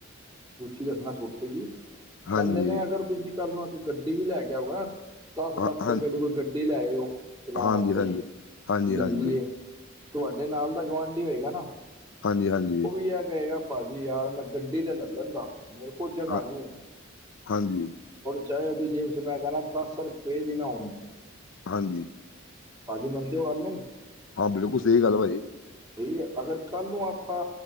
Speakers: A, on the right; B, on the left.
A: ਤੁਸੀਂ ਦੱਸਣਾ ਛੋਟੀ ਜੀ
B: ਹਾਂਜੀ
A: ਕਹਿੰਦੇ ਨੇ ਅਗਰ ਤੁਸੀਂ ਕੱਲ ਨੂੰ ਗੱਡੀ ਵੀ ਲੈ ਕੇ ਆਓਗੇ ਨਾ ਦਸ
B: ਹਾਂ
A: ਲੱਖ
B: ਹਾਂ
A: ਰੁਪਏ ਦੀ ਕੋਈ ਗੱਡੀ ਲੈਓ। ਚਲਾਉਣ
B: ਹਾਂਜੀ
A: ਵਾਸਤੇ
B: ਹਾਂਜੀ ਹਾਂਜੀ
A: ਲੀਏ
B: ਹਾਂਜੀ
A: ਤੁਹਾਡੇ ਨਾਲ ਦਾ ਗੁਵਢੀ ਹੋਏਗਾ ਨਾ
B: ਹਾਂਜੀ-ਹਾਂਜੀ।
A: ਉਹ ਕਹੇਗਾ ਭਾਜੀ ਯਾਰ ਮੈਂ ਗੱਡੀ ਤੇ ਲੈ ਲੈਂਦਾ ਮੇਰੇ ਕੋਲ ਜਗਾ
B: ਹਾਂ
A: ਨੀ ਹੈ।
B: ਹਾਂਜੀ
A: ਚਾਹੇ ਉਹਦੀ ਜੇਬ ਚ ਮੈਂ ਕਹਿਣਾ ਦੱਸ ਰੁਪਏ ਵੀ ਨਾ ਹੋਉਣ
B: ਹਾਂਜੀ।
A: ਭਾਜੀ ਮੰਨਦੇ ਹੋ ਗੱਲ ਨੂੰ
B: ਹਾਂ ਬਿਲਕੁਲ ਸਹੀ ਗੱਲ ਭਾਜੀ।
A: ਠੀਕ ਹੈ ਅਗਰ ਕੱਲ੍ਹ ਨੂੰ ਆਪਾਂ